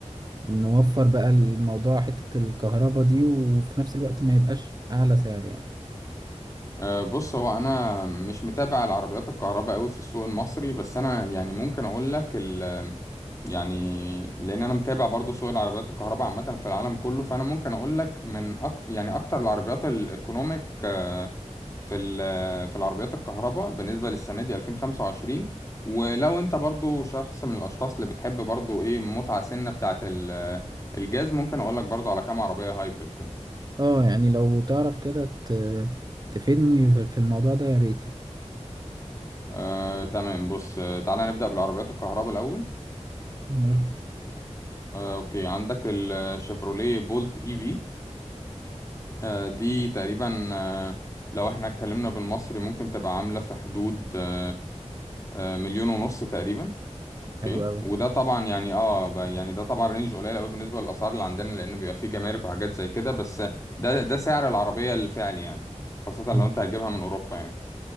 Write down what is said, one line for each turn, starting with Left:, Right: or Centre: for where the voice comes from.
Right: نوفر بقى الموضوع حتة الكهرباء دي وفي نفس الوقت ما يبقاش أعلى سعر يعني
Left: أه، بص هو انا مش متابع العربيات الكهرباء قوي في السوق المصري بس انا يعني ممكن اقول لك ال... يعني لان انا متابع برضو سوق العربيات الكهرباء عامه في العالم كله فانا ممكن اقول لك من أك... يعني اكتر العربيات الايكونوميك آه، في ال- في العربيات الكهرباء بالنسبة للسنة دي 2025 ولو انت برضو شخص من الاشخاص اللي بتحب برضو ايه متعة سنة بتاعة ال- الجاز ممكن اقول لك برضو على كام عربية هايبريد كده
Right: اه يعني لو تعرف كده ت- تفيدني في في الموضوع ده يا ريت
Left: آه تمام بص آه، تعالى نبدأ بالعربيات الكهرباء الاول
Right: يعني قول لي
Left: آه اوكي عندك الشيفروليه بولت اي في آه دي تقريبا آه لو احنا اتكلمنا بالمصري ممكن تبقى عاملة في حدود آه آه مليون ونص تقريبا اوكي
Right: حلو أوي
Left: وده طبعا يعني اه ب- يعني ده طبعا رينج قليل قوي بالنسبه للاسعار اللي عندنا لان بيبقى فيه جمارك وحاجات زي كده بس ده ده سعر العربيه الفعلي يعني خاصه
Right: مم.
Left: لو انت هتجيبها من اوروبا يعني